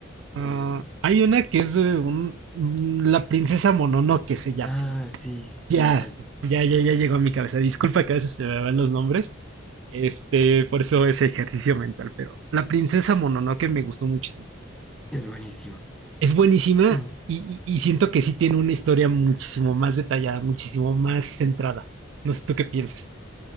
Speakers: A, in the centre; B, on the right (about 65°).
A: eh,
B: Ah, hay una que es de un, mm, la princesa Mononoke se llama.
A: ah, sí,
B: Ya,
A: sí, esa es,
B: ya, ya, ya llegó a mi cabeza. Disculpa que a veces se me van los nombres. Este, por eso ese ejercicio mental, pero la princesa Mononoke me gustó muchísimo.
A: es buenísima.
B: Es buenísima
A: <clears throat>
B: y, y- y siento que sí tiene una historia muchísimo más detallada, muchísimo más centrada. No sé tú qué piensas.